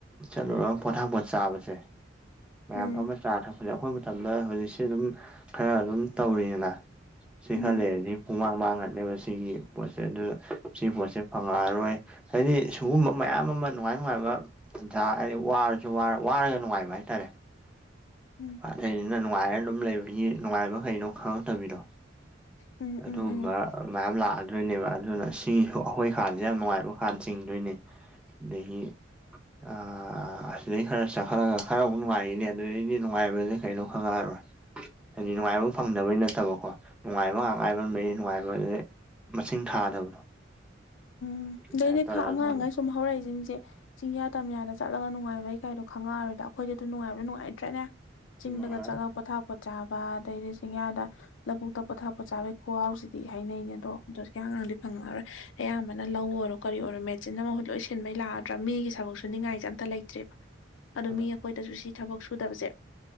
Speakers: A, in the centre; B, on the left (about 80°).
A: ꯆꯠꯂꯨꯔꯒ ꯄꯣꯊꯥꯄꯣꯠ ꯆꯥꯕꯁꯦ ꯃꯌꯥꯝ
B: ꯎꯝ
A: ꯐꯝꯃ ꯆꯥ ꯊꯛꯄꯖꯦ ꯑꯩꯈꯣꯏ ꯃꯇꯝꯗ ꯍꯧꯖꯤꯛꯁꯦ ꯑꯗꯨꯝ ꯈꯔ ꯑꯗꯨꯝ ꯇꯧꯔꯤꯗꯅ ꯁꯤ
B: ꯎꯝ
A: ꯈꯔ ꯂꯩꯔꯗꯤ ꯄꯨꯡꯃꯥꯡ ꯃꯥꯡꯉꯅꯦꯕ ꯁꯤꯒꯤ ꯄꯣꯠꯁꯦ ꯑꯗꯨꯅ ꯁꯤ ꯄꯣꯠꯁꯦ ꯐꯪꯉꯛꯑꯔꯣꯏ ꯍꯥꯏꯗꯤ ꯁꯨꯒꯨꯝꯕ ꯃꯌꯥꯝ ꯑꯃ ꯅꯨꯡꯉꯥꯏ ꯅꯨꯡꯉꯥꯏꯔꯕ ꯁꯤꯟꯊꯥ ꯍꯥꯏꯗꯤ ꯋꯥꯔꯖꯨ ꯋꯥꯔ ꯋꯥꯔꯒ ꯅꯨꯡꯉꯥꯏꯕ ꯍꯥꯏꯇꯥꯔꯦ
B: ꯎꯝ
A: ꯑꯊꯩꯅꯤꯅ ꯅꯨꯡꯉꯥꯏꯔ ꯑꯗꯨꯝ ꯂꯩꯕꯒꯤ ꯅꯨꯡꯉꯥꯏꯕ ꯀꯩꯅꯣ ꯈꯪꯉꯛꯇꯕꯤꯗꯣ
B: ꯎꯝ
A: ꯑꯗꯨꯝꯕ
B: ꯎꯝ ꯎꯝ
A: ꯃꯌꯥꯝ ꯂꯥꯛꯑꯗꯣꯏꯅꯦꯕ ꯑꯗꯨꯅ ꯁꯤ ꯑꯩꯈꯣꯏ ꯀꯥꯟꯖꯦ ꯌꯥꯝ ꯅꯨꯡꯉꯥꯏꯕ ꯀꯥꯟ ꯆꯤꯡꯗꯣꯏꯅꯤ ꯑꯗꯒꯤ ꯑꯥ ꯑꯗꯩ ꯈꯔ ꯆꯈꯠꯂꯒ ꯈꯔꯃꯨꯛ ꯅꯨꯡꯉꯥꯏꯔꯤꯅꯦ ꯑꯗꯩꯩꯗꯤ ꯅꯨꯡꯉꯥꯏꯕꯖꯦ ꯀꯩꯅꯣ ꯈꯪꯉꯛꯑꯔꯣꯏ ꯍꯥꯏꯗꯤ ꯅꯨꯡꯉꯥꯏꯕ ꯐꯪꯗꯕꯩ ꯅꯠꯇꯕꯀꯣ ꯅꯨꯡꯉꯥꯏꯕ ꯉꯥꯛ ꯉꯥꯏꯃꯟꯕꯩ ꯅꯨꯡꯉꯥꯏꯕꯖꯦ ꯃꯁꯤꯡ ꯊꯥꯗꯕꯗꯣ
B: ꯎꯝ
A: ꯒꯤꯇꯥꯔ
B: ꯑꯗꯩꯗꯤ
A: ꯇꯧꯔꯒ
B: ꯈ ꯑꯉꯥꯡꯉꯩ ꯁꯨꯝ ꯍꯧꯔꯛꯏꯖꯤꯡꯖꯦ ꯆꯤꯡꯌꯥ ꯇꯝꯌꯥꯗ ꯆꯠꯂꯒ ꯅꯨꯡꯉꯥꯏꯕꯩ ꯀꯥꯏꯗꯣ ꯈꯪꯉꯛꯑꯔꯣꯏꯗ ꯑꯩꯈꯣꯏꯗꯤ ꯑꯗꯨ ꯅꯨꯡꯉꯥꯏꯕꯗꯨ ꯅꯨꯡꯉꯥꯏꯇ꯭ꯔꯅꯦ
A: ꯅꯨꯡꯉꯥꯏ
B: ꯆꯤꯡꯗꯒ ꯆꯠꯂ ꯄꯣꯊꯥꯄꯣꯠ ꯆꯥꯕ ꯑꯗꯩꯗꯤ ꯆꯤꯡꯌꯥꯗ ꯂꯕꯨꯨꯛꯛꯇ ꯄꯣꯊꯥꯄꯣꯠ ꯆꯥꯕꯩ ꯈꯨꯍꯥꯎꯁꯤꯗꯤ ꯍꯥꯏꯅꯩꯩꯅꯦ ꯑꯗꯣ ꯍꯧꯖꯤꯛꯀꯤ ꯑꯉꯥꯡꯗꯤ ꯐꯪꯉꯛꯑꯔꯣꯏ ꯑꯌꯥꯝꯕꯅ ꯅ ꯂꯧ ꯑꯣꯏꯔꯣ ꯀꯔꯤ ꯑꯣꯏꯔꯣ ꯃꯦꯆꯤꯟꯅ ꯃꯍꯨꯠ ꯂꯣꯏ ꯁꯤꯟꯕꯩ ꯂꯥꯛꯑꯗ꯭ꯔꯥ ꯃꯤꯒꯤ ꯊꯕꯛ ꯁꯨꯅꯤꯉꯥꯏꯖꯤ ꯑꯝꯇ ꯂꯩꯇ꯭ꯔꯦꯕ ꯑꯗꯨ
A: ꯎꯝ
B: ꯃꯤ ꯑꯩꯈꯣꯏꯗꯁꯨ ꯁꯤ ꯊꯕꯛ ꯁꯨꯗꯕꯖꯦ